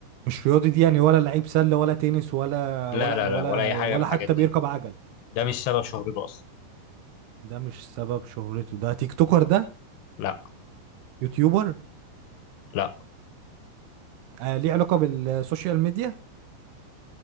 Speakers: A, on the right; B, on the left.
A: مش رياضي دي يعني ولا لعيب سلة ولا تنس ولا
B: لا
A: ولا
B: لا
A: ولا
B: لا ولا اي حاجه
A: ولا
B: من الحاجات
A: حتى
B: دي
A: بيركب عجل
B: ده مش سبب شهرته اصلا
A: ده مش سبب شهرته ده تيك توكر ده
B: لا
A: يوتيوبر
B: لا
A: آه ليه علاقة بالسوشيال ميديا